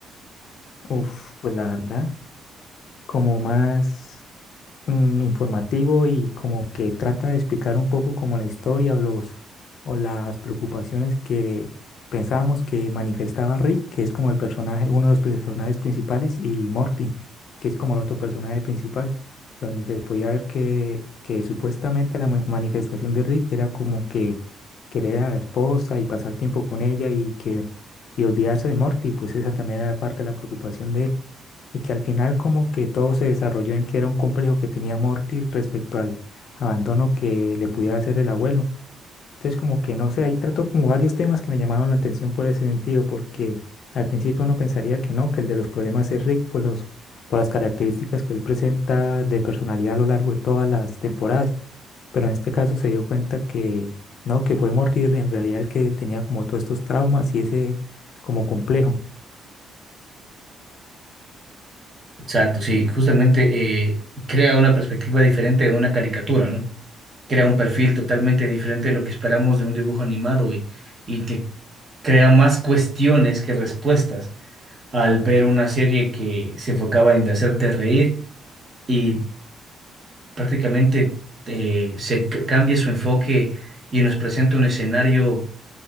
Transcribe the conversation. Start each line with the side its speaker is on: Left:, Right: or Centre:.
Left: Uf, pues la verdad. como más mm, informativo y como que trata de explicar un poco como la historia o los o las preocupaciones que pensábamos que manifestaba Rick, que es como el personaje, uno de los personajes principales, y Morty, que es como el otro personaje principal, donde se podía ver que, que supuestamente la ma- manifestación de Rick era como que querer a la esposa y pasar tiempo con ella y que y olvidarse de Morty, pues esa también era parte de la preocupación de él y que al final como que todo se desarrolló en que era un complejo que tenía Morty respecto al abandono que le pudiera hacer el abuelo. Entonces como que no sé, ahí trató como varios temas que me llamaban la atención por ese sentido, porque al principio uno pensaría que no, que el de los problemas es Rick por los, por las características que él presenta de personalidad a lo largo de todas las temporadas, pero en este caso se dio cuenta que no, que fue Morty en realidad el que tenía como todos estos traumas y ese como complejo.
Right: Exacto, sí, justamente eh, crea una perspectiva diferente de una caricatura, ¿no? Crea un perfil totalmente diferente de lo que esperamos de un dibujo animado y, y te crea más cuestiones que respuestas al ver una serie que se enfocaba en hacerte reír y prácticamente eh, se c- cambia su enfoque y nos presenta un escenario